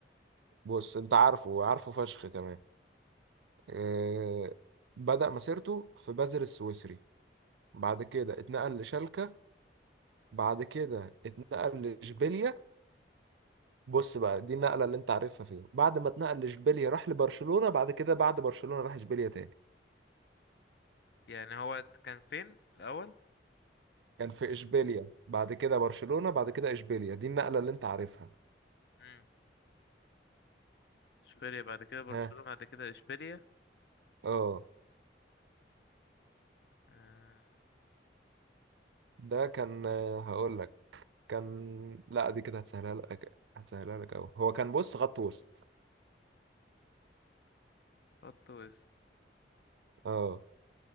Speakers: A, on the right (about 75°); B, on the left (about 60°).
A: بص انت عارفه عارفه فشخ كمان آه، بدأ مسيرته في بازل السويسري بعد كده اتنقل لشالكة بعد كده اتنقل لإشبيليا بص بقى دي النقلة اللي انت عارفها فيها بعد ما اتنقل لإشبيليا راح لبرشلونة بعد كده بعد برشلونة راح إشبيليا تاني
B: يعني هو كان فين الاول
A: كان في إشبيليا بعد كده برشلونة بعد كده إشبيليا دي النقلة اللي انت عارفها
B: امم اشبيليا بعد كده برشلونة
A: ها
B: بعد كده اشبيليا
A: اه
B: آه،
A: ده كان آه، هقول لك كان لا دي كده هتسهلها لك هتسهلها لك أوي هو كان بص خط وسط
B: خط وسط
A: اه